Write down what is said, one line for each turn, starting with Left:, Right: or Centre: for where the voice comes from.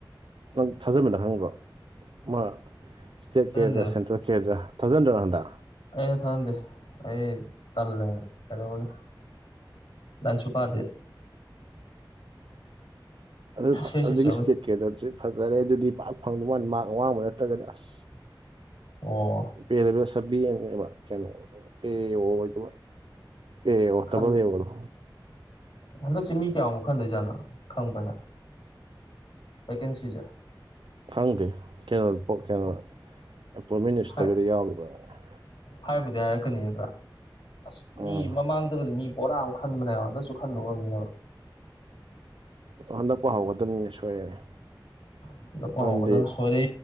Right: ꯅꯪ ꯊꯥꯖꯕꯗ ꯍꯪꯕ꯭ꯔꯣ ꯃꯥ ꯏꯁꯇꯦꯠꯀꯤꯗ꯭ꯔꯥ
Left: ꯊꯥꯖꯟꯗꯦꯗ
Right: ꯁꯦꯟꯇ꯭ꯔꯦꯜ ꯑꯣꯀꯦꯗ꯭ꯔꯥ ꯊꯥꯖꯟꯗ꯭ꯔꯣ ꯍꯟꯗ
Left: ꯑꯩꯅ ꯊꯥꯟꯗꯦ ꯑꯩ ꯇꯜꯂꯦꯅ ꯀꯩꯗꯧꯔꯨꯅꯤ ꯂꯥꯏꯁꯨ ꯄꯥꯗꯦ
Right: ꯑꯗꯨ
Left: ꯁꯦ
Right: ꯑꯗꯨꯒꯤ
Left: ꯁꯦ ꯆꯠꯂꯨꯏ
Right: ꯏꯁꯇꯦꯠ ꯀꯩꯗꯁꯨ ꯐꯖꯔꯦ ꯑꯗꯨꯗꯤ ꯄꯥꯛꯔ ꯐꯪꯗꯧ ꯃꯥꯅꯤ ꯃꯥꯛ ꯑꯋꯥꯡꯕ ꯅꯠꯇ꯭ꯔꯒꯗꯤ ꯑꯁ <unintelligible>
Left: ꯑꯣ
Right: ꯄꯦꯗꯕꯤ ꯁꯕꯤꯅꯦꯕ ꯀꯩꯅꯣ ꯑꯦ ꯑꯣꯗꯨ ꯑꯦ ꯑꯣꯠꯇꯃꯗ
Left: ꯈꯜ
Right: ꯌꯅꯣ
Left: ꯍꯟꯗꯛꯁꯦ ꯃꯤ ꯀꯌꯥꯃꯨꯛ ꯈꯟꯗꯣꯏꯖꯥꯠꯅꯣ ꯈꯪꯕ꯭ꯔ ꯅꯪ ꯕꯦꯀꯦꯟꯁꯤꯖ
Right: ꯈꯪꯗꯦ ꯀꯩꯅꯣ ꯀꯩꯅꯣ
Left: ꯑꯣ
Right: ꯑꯦꯄꯣꯏꯟꯃꯦꯟ ꯏꯁꯇꯒꯗꯤ
Left: ꯍꯥꯏ
Right: ꯌꯥꯎꯔꯤꯕꯅꯦ
Left: ꯍꯥꯏꯕꯨꯗꯤ ꯍꯥꯏꯔꯛꯀꯅꯤ ꯅꯠꯇ꯭ꯔꯥ ꯑꯁ ꯃꯤ
Right: ꯎꯝ
Left: ꯃꯃꯥꯡꯗꯒꯗꯤ ꯃꯤ ꯄꯣꯔꯥ ꯑꯃ ꯈꯟꯕꯅꯦ ꯍꯟꯗꯛꯁꯨ ꯈꯟꯗꯣ ꯑꯣꯏꯔꯝꯅꯤ ꯍꯥꯏꯕ
Right: ꯏꯊꯟꯗ ꯄꯍꯧꯒꯗꯕꯅꯤ ꯁꯣꯏꯔꯅꯤ
Left: ꯍꯟꯗꯛ
Right: ꯃꯔꯝꯗꯤ
Left: ꯍꯧꯒꯗꯕ ꯁꯣꯏꯔꯦ